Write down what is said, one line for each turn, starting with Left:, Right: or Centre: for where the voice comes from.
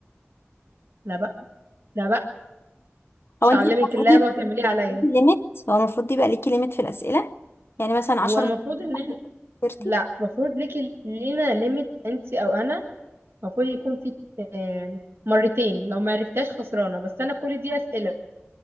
Right: لا بقى لا بقى مش
Left: هو انت
Right: هعلمك
Left: المفروض
Right: اللعبة وتعمليها
Left: يبقى يبقى
Right: عليا
Left: ليكي ليميت هو المفروض يبقى ليكي ليميت في الأسئلة يعني مثلا 10
Right: هو المفروض
Left: مرات
Right: ان احنا
Left: خسرتي
Right: لا المفروض ليك لينا ليميت انت او انا المفروض يكون في آم، مرتين لو ما عرفتهاش خسرانة بس انا كل دي اسئلة